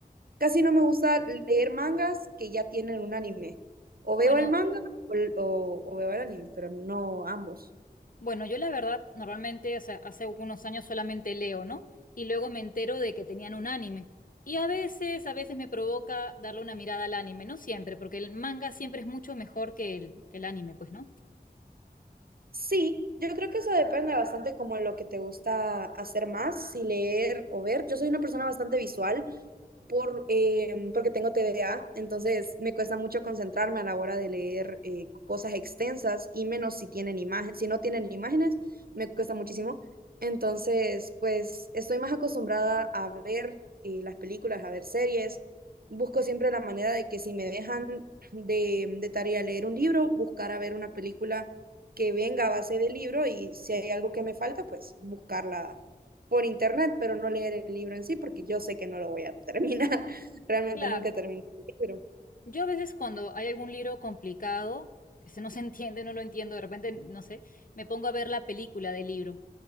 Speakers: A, on the right; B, on the left.
A: Casi no me gusta leer mangas que ya tienen un anime. O
B: Bueno,
A: veo el manga o, o- o veo el anime, pero no ambos.
B: bueno, yo la verdad, normalmente, o sea, hace algunos años solamente leo, ¿no? Y luego me entero de que tenían un anime. Y a veces, a veces me provoca darle una mirada al anime, no siempre, porque el manga siempre es mucho mejor que el, que el anime, pues, ¿no?
A: Sí, yo creo que eso depende bastante como lo que te gusta hacer más, si leer o ver. Yo soy una persona bastante visual, por, eh, porque tengo TDA, entonces me cuesta mucho concentrarme a la hora de leer eh, cosas extensas y menos si tienen imágenes. Si no tienen imágenes, me cuesta muchísimo. Entonces, pues estoy más acostumbrada a ver eh, las películas, a ver series. Busco siempre la manera de que si me dejan de, de tarea leer un libro, buscar a ver una película que venga a base del libro y si hay algo que me falta, pues buscarla por internet, pero no leer el libro en sí, porque yo sé que no lo voy a terminar. <laughs> Realmente
B: Claro.
A: nunca terminé el libro.
B: Yo a veces cuando hay algún libro complicado, que se no se <laughs> entiende, no lo entiendo, de repente, no sé, me pongo a ver la película del libro.